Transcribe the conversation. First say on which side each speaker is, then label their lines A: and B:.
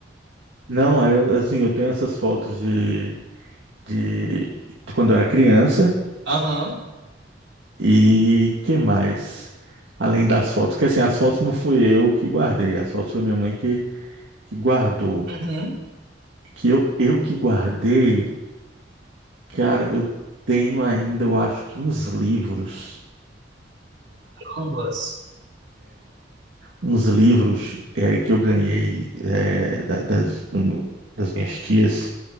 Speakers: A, on the right; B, on the right.
A: Não, aí eu- assim, eu tenho essas fotos de, de, de quando eu era criança.
B: Aham.
A: E que mais? Além das fotos. Porque, assim, as fotos não fui eu que guardei. As fotos foi minha mãe que que guardou,
B: Uhum.
A: que eu, eu que guardei, cara, eu tenho ainda, eu acho que uns livros,
B: Ambas.
A: uns livros eh, que eu ganhei eh, da- das, das minhas tias,